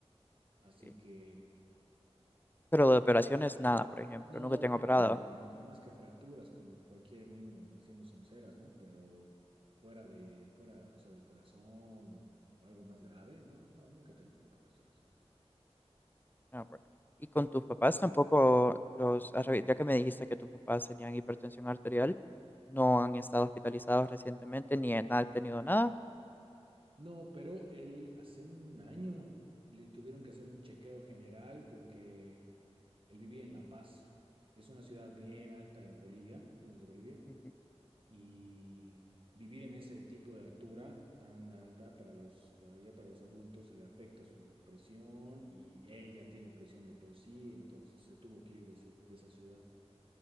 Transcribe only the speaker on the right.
Así
que
No,
de
operaciones
nunca, más que fracturas, como cualquier niño haciendo sonceras, ¿no? Pero fuera de, fuera, o sea, del corazón o, o algo más grave, no, no, nunca he tenido una operación así.
No, pero él hace un año le tuvieron que hacer un chequeo general porque él vivía en La Paz, que es una ciudad bien alta en Bolivia, soy de Bolivia,
y vivir en ese tipo de altura tan alta para los, para ya para los adultos se le afecta su presión y él ya tiene presión de por sí, entonces se tuvo que ir de, ese- de esa ciudad.